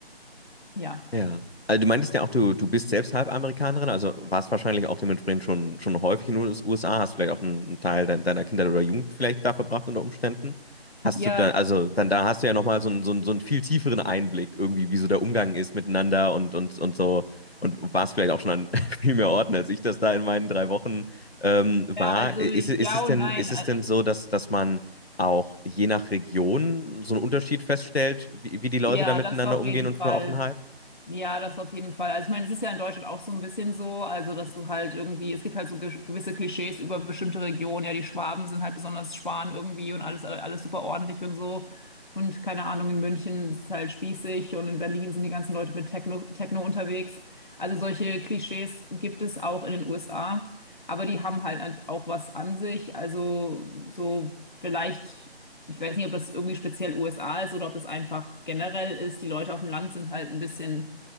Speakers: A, on the left; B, on the left.
A: Ja.
B: Ja. Also du meintest ja auch, du, du bist selbst halb Amerikanerin, also warst wahrscheinlich auch dementsprechend schon, schon häufig in den US- USA, hast vielleicht auch einen, einen Teil dein, deiner Kindheit oder Jugend vielleicht da verbracht unter Umständen. Hast
A: Ja,
B: du dann, also dann da hast du ja nochmal so einen, so einen, so einen viel tieferen Einblick irgendwie, wie so der Umgang ist miteinander und, und, und so und warst vielleicht auch schon an <laughs> viel mehr Orten, als ich das da in meinen drei Wochen ähm, war.
A: ja, also
B: Ist,
A: ja
B: es- ist es denn,
A: und nein.
B: ist
A: Äh,
B: es denn so, dass, dass man auch je nach Region so einen Unterschied feststellt, wie, wie die Leute
A: Ja,
B: da miteinander
A: das auf
B: umgehen
A: jeden
B: und
A: Fall.
B: von der Offenheit?
A: Ja, das auf jeden Fall. Also ich meine, es ist ja in Deutschland auch so ein bisschen so, also dass du halt irgendwie, es gibt halt so ge- gewisse Klischees über bestimmte Regionen, ja, die Schwaben sind halt besonders Schwan irgendwie und alles, alles super ordentlich und so. Und keine Ahnung, in München ist es halt spießig und in Berlin sind die ganzen Leute mit Techno, Techno unterwegs. Also solche Klischees gibt es auch in den USA, aber die haben halt halt auch was an sich. Also so vielleicht ich weiß nicht, ob das irgendwie speziell USA ist oder ob es einfach generell ist. Die Leute auf dem Land sind halt ein bisschen